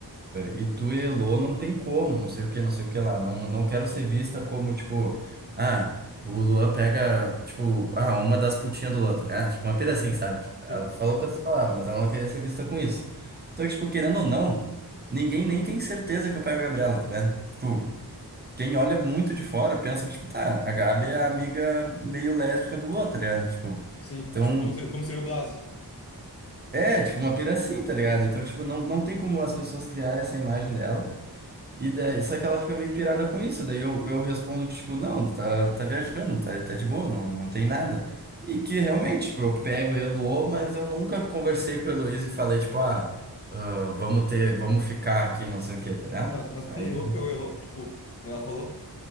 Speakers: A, on the right; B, on the left.
A: E tu, e Elô, não tem como, não sei o que, não sei o que lá. Não, não quero ser vista como, tipo, ah, o Luan pega, tipo, ah, uma das putinhas do Luan, tá ligado? Tipo, uma pira
B: sim,
A: assim, sabe? Tipo,
B: sim.
A: Ela falou com outras palavras, mas ela não queria ser vista com isso. Então, tipo, querendo ou não, ninguém nem tem certeza que eu pego a Gabriela, tá ligado? Tipo, quem olha muito de fora pensa que, tipo, tá, a Gabi é a amiga meio lésbica do Luan, tá ligado? Tipo,
B: sim.
A: então,
B: Tipo, como seria, como seria o Blas?
A: é, tipo, uma pira assim, tá ligado? Então, tipo, não, não tem como as pessoas criarem essa imagem dela. E daí, só que ela fica meio pirada com isso. Daí eu, eu respondo que, tipo, não, tá, tá viajando, tá, tá de boa, não, não tem nada. E que realmente, tipo, eu pego o Elo, mas eu nunca conversei com a Heloísa e falei, tipo, ah, ah, vamos ter, vamos ficar aqui, não sei o quê, tá ligado?
B: Ah, mas
A: Aí
B: tu negou
A: eu-
B: que pegou Elô? Tipo, ela falou?